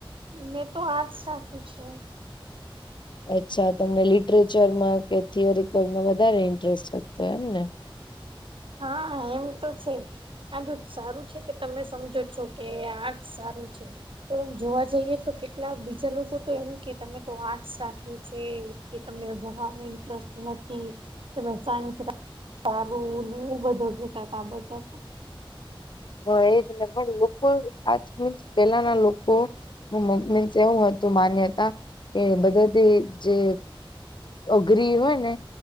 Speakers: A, on the right; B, on the left.
A: મેં તો આર્ટસ રાખ્યું છે
B: અચ્છા તમને લિટરેચરમાં કે થિયોરિકલમાં વધારે ઇન્ટરેસ્ટતો એમ ને
A: હા એમ તો છે. આજ સારું છે કે તમે સમજો છો કે આજ સારું છે. પણમ જોવા જઈએ તો કેટલા બીજા લોકો તો એમ કે તમે તો આર્ટસ રાખ્યું છે. તમને ભણવાવામાં ઇન્ટરેસ્ટ નથી તમે સાયન્સ સારું ને એવું બધું કેસા ત બધા
B: હ એ જ નહી પણ લોકો આજ મ પેલાના લોકો હ મોગમ એવું હતું માન્યતા કે બધા જે અઘરી હોય ને